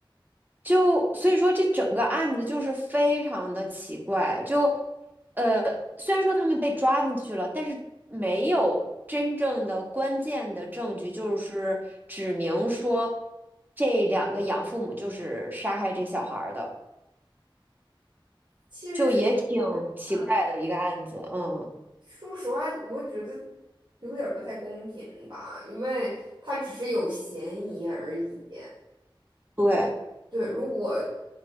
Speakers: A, on the right; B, on the right.
A: 就所以说这整个案子就是非常的奇怪，就呃，虽然说他们被抓进去了，但是没有真正的关键的证据，就是指明说这两个养父母就是杀害这小孩儿的，
B: 其实是嗯啊
A: 就也挺奇怪的一个案子，嗯，
B: 说实话，我觉得有点儿不太公平吧，因为他只是有嫌疑而已。
A: 对。
B: 对，如果